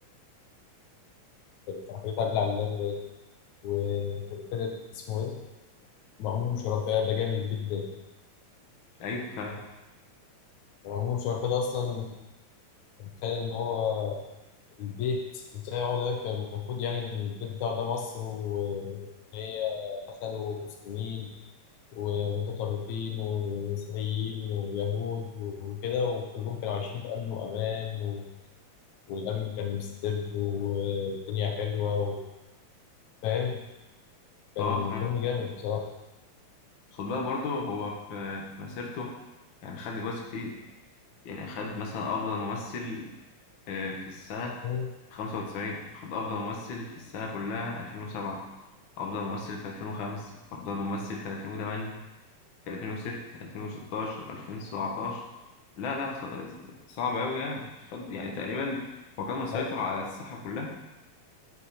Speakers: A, on the left (about 70°); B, on the left (about 80°).
A: تحرير عادل علام باين. وفرقة اسمه ايه؟ مأمون وشركاه ده جامد جدا
B: ايوه فعلا
A: مأمون وشركاه ده أصلا متخيل إن هو البيت بتاعه ده كان المفروض يعني إن البيت بتاعه ده مصر وإن هي دخلوا مسلمين ومتطرفين ومسيحيين ويهود وكده وكلهم كانوا عايشين في أمن وأمان والأمن كان مستبد والدنيا حلوة وفاهم كان
B: اه فعلا
A: فيلم جامد بصراحة
B: خد بالك برضه هو في في مسيرته يعني خد جوائز كتير يعني خد مثلا أفضل ممثل آه، في السنة
A: مم.
B: خمسة وتسعين خد أفضل ممثل في السنة كلها ألفين وسبعة أفضل ممثل في ألفين وخمسة أفضل ممثل في ألفين وتمانية في ألفين وستة ألفين وستاشر ألفين سبعتاشر لا لا ص- صعب أوي يعني خد يعني تقريبا هو كان مسيطر
A: أيوة.
B: على الساحة كلها